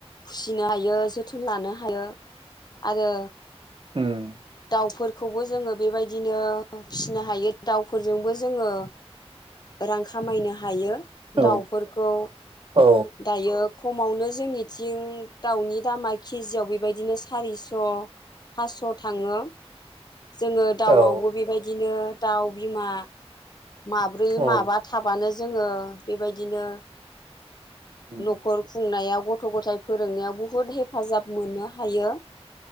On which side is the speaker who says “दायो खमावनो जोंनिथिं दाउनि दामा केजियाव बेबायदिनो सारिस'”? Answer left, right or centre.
Left